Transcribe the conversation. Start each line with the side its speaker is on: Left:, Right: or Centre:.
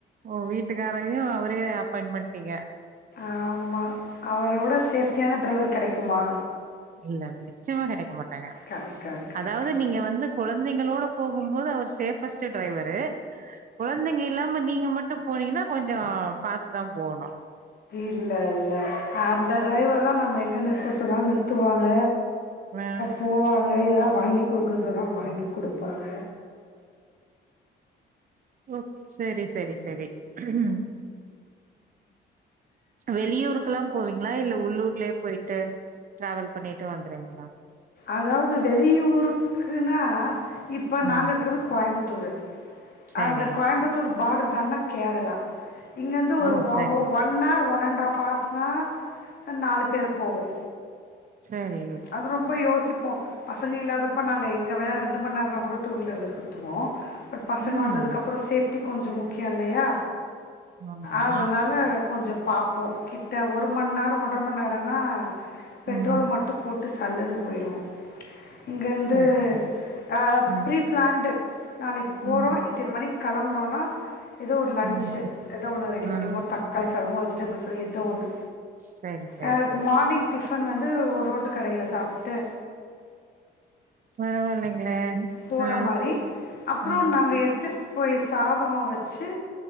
Right: ஓ வீட்டுக்காரவே அவரயே அப்பாயிண் பண்ட்டீங்க
Left: ஆமா அவரோட சேஃப்ட்டியான டிரைவர் கெடைக்குமா
Right: இல்ல நிச்சயமா கெடைக்க மாட்டாங்க
Left: கெடைக்காது, கெடைக்காது.
Right: அதாவ்து நீங்க வந்து கொழந்தைங்களோட போகும்போது அவர் சேஃபஸ்ட் டிரைவரு ககொழந்தைங்க இல்லாம நீங்க மட்டு போனீங்கன்னா கொஞ்சோ பாத்துதா போவுணு
Left: இல்ல இல்ல அந்த டிரைவர்தா நம்ம எங்க நிறுத்த சொன்னாலு நிறுத்துவாங்க
Right: ஆ
Left: போவாங்க எதா வாங்கி குடுக்க சொன்னா வாங்கி குடுப்பாங்க
Right: ஓ செரி செரி செரி ம் வெளியூருக்ல்லா போவீங்ளா இல்ல உள்ளூர்லயேபொய்ட்டு டிராவல் பண்ணிட்டு வந்துறுவீங்ளா
Left: அதாவ்து வெளியூருக்குன்னா இப்ப நாங்க
Right: ம்
Left: இருக்ஙுறது கோயம்புத்தூரு
Right: சரி
Left: அந்த கோயம்புத்தூர் பாட்ரு தான்டுனா கேரளா இங்கருந்து ஒரு
Right: ஓ
Left: ஒவ
Right: சரி
Left: ஒ ஒன்னார் ஒன் அண்ட் ஹாவ் ஹார்ஸ்னா நாலு பேரு போவோ
Right: சேரி
Left: அது ரொம் ப யோசிப்போ பசங்க இல்லாதப்ப நாங்க எங்க வேணா ரெண்டு மண் நேரோனா கூட டூ வீலர்ல சுத்துவோ பசங்க
Right: ம்
Left: வந்ததுக்கப்றோ சேஃப்டி கொஞ்சோ முக்கியோ இல்லயா
Right: ஆமா
Left: அதனால கொஞ்சோ பாப்போ கிட்ட ஒரு மண் நேரோ ஒன்றர மண் நேரோனா பெட்ரோல்
Right: ம்
Left: மட்டு போட்டு சல்லுன்னு பொயிடுவோ இங்க வந்து
Right: சரி சரி
Left: அ
Right: ம்
Left: ப்ரி‌ பிளான்டு நாளைக்கு போறோ
Right: ம்
Left: இத்தின மணிக் கெளம்புறோன்னா ஏதோ ஒரு லன்ஞ்
Right: ம்
Left: ஏதோ ஒன்னு ரெடி
Right: ம்
Left: பண்ணி போ த க்காளி சாதமோ வெஜிடபிள்ஸோ எதோ ஒண்ணு
Right: சரி சரி
Left: எனக்கு
Right: சரி
Left: மார்னிங் மார்னிங் டிஃபன் வந்து ரோட்டு கடையில சாப்டுட்டு
Right: பரவாயில்லைங்களே
Left: போற
Right: ஆ
Left: மாரி அப்றோ
Right: ஆ
Left: நாங்க எட் போய் சாதோ வச்சு